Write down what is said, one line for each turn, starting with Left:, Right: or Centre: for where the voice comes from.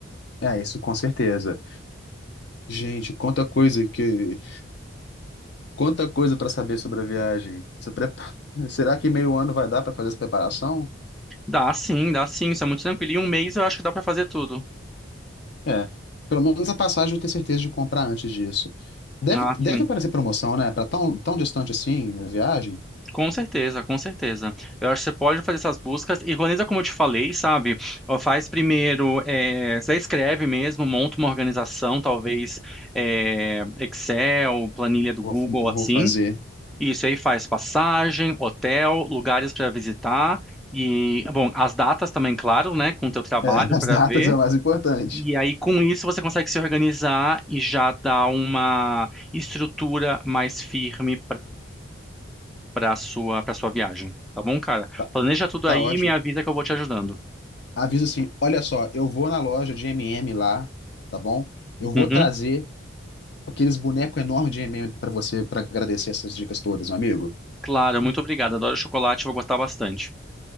Left: É, isso com certeza. Gente, quanta coisa que, quanta coisa para saber sobre a viagem. Se prepa- <laughs> Será que meio ano vai dar para fazer essa preparação?
Centre: Dá sim, dá sim, isso é muito tranquilo. E um mês eu acho que dá para fazer tudo.
Left: É, pelo menos a passagem eu tenho certeza de comprar antes disso. Deve,
Centre: Ah,
Left: deve
Centre: sim.
Left: aparecer promoção, né? Para tão, tão distante assim a viagem,
Centre: Com certeza, com certeza. Eu acho que você pode fazer essas buscas e organiza como eu te falei, sabe? Ó, Faz primeiro, eh, você escreve mesmo, monta uma organização, talvez eh, Excel, planilha do
Left: vou,
Centre: Google,
Left: vou
Centre: assim.
Left: fazer.
Centre: Isso aí faz passagem, hotel, lugares para visitar e, bom, as datas também, claro, né? Com o teu trabalho
Left: É, <laughs>
Centre: para
Left: as datas
Centre: ver.
Left: é o mais importante.
Centre: E aí, com isso, você consegue se organizar e já dar uma estrutura mais firme para sua para sua viagem, tá bom, cara?
Left: Tá,
Centre: Planeja tudo
Left: tá
Centre: aí
Left: ótimo.
Centre: e me avisa que eu vou te ajudando.
Left: Avisa assim, olha só, eu vou na loja de M&M lá, tá bom? Eu vou
Centre: Uhum.
Left: trazer aqueles bonecos enormes de M&M para você para agradecer essas dicas todas, meu amigo.
Centre: Claro, muito obrigado. Adoro chocolate, vou gostar bastante.